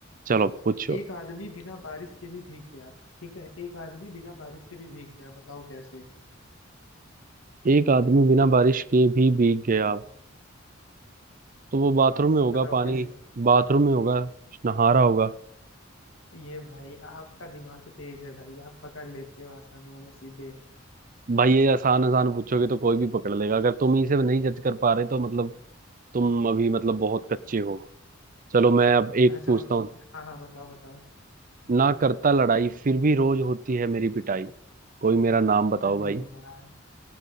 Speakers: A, on the right; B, on the left.
A: चलो पूछो
B: एक आदमी बिना बारिश के भी भीग गया ठीक है एक आदमी बिना बारिश के भी भीग गया बताओ कैसे
A: एक आदमी बिना बारिश के भी भीग गया तो वो बाथरूम में होगा
B: बताओ
A: पानी
B: कैसे
A: बाथरूम में होगा नहा रहा होगा
B: ये भाई आपका दिमाग तेज है भाई आप पकड़ लेते हो आसान वाला सीधे
A: भाई ये आसान आसान पूछोगे तो कोई भी पकड़ लेगा अगर तुम इसे नहीं जज कर पा रहे तो मतलब तुम अभी मतलब बहुत कच्चे हो चलो मैं अब एक
B: अच्छा
A: पूछता
B: चलो
A: हूँ
B: हाँ हाँ बताओ बताओ
A: ना करता लड़ाई फिर भी रोज होती है मेरी पिटाई कोई मेरा नाम बताओ
B: अरे
A: भाई
B: यार